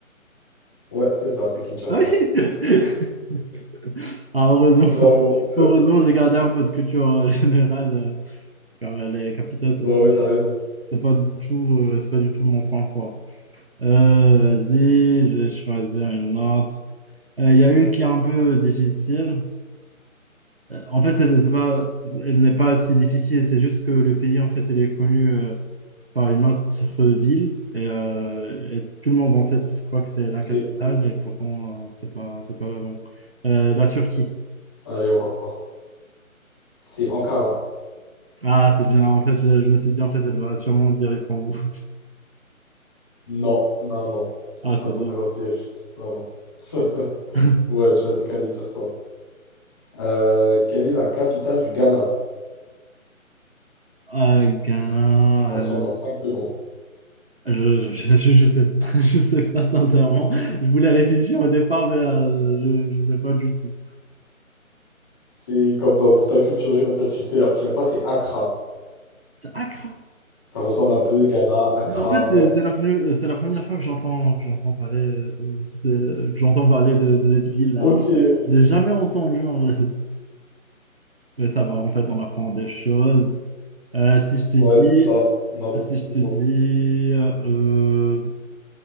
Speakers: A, on the left (about 15°); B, on the right (about 45°).
A: Ouais, c'est ça, c'est Kinshasa.
B: Ah oui? <laughs> Ah, heureusement,
A: Bravo. <laughs>
B: heureusement, j'ai gardé un peu de culture euh, générale, euh, car les capitales, c'est
A: Bravo,
B: pas,
A: t'as raison.
B: c'est pas du tout, euh, c'est pas du tout mon point fort. Euh, vas-y, je vais choisir une autre. Euh, Il y a une qui est un peu difficile. Euh, En fait, elle, c'est pas, elle n'est pas si difficile, c'est juste que le pays, en fait, elle est connue euh, par une autre ville et, euh, et tout le monde, en fait, il croit que c'est la
A: Ok,
B: capitale et pourtant, euh, c'est pas, c'est pas là bon. Euh, la Turquie.
A: allez, on va voir. C'est Ankara.
B: Ah, c'est bien, en fait, je, je me suis dit, en fait, elle va sûrement dire Istanbul. <laughs>
A: Non, non, non.
B: Ah,
A: Je suis pas
B: c'est
A: tombé
B: bien.
A: dans le piège. Ça va. <laughs>
B: <laughs>
A: Ouais, je suis assez calé sur ça. Euh, quelle est la capitale du Ghana?
B: Euh, Ghana,
A: Attention,
B: euh,
A: t'as cinq secondes.
B: je, je, je, je- je sais pas, <laughs> je sais pas sincèrement. Je voulais réfléchir au départ, mais euh, je, je sais pas du tout.
A: C'est comme bah, pour ta culture G, comme ça tu sais, la prochaine fois, c'est Accra.
B: C'est Accra.
A: Ça ressemble un peu, Ghana, Accra,
B: Mais En fait, c'est
A: ouais.
B: c'est la, pre- c'est la première fois que j'entends que j'entends parler de, c'est- c'est- que j'entends parler de, de cette ville-là.
A: Ok, ok.
B: J'ai jamais entendu, en fait. Mais ça va, en fait, on apprend des choses. Euh, si je te
A: ouais,
B: dis,
A: c'est ça. On apprend
B: si je
A: toujours.
B: te dis euh,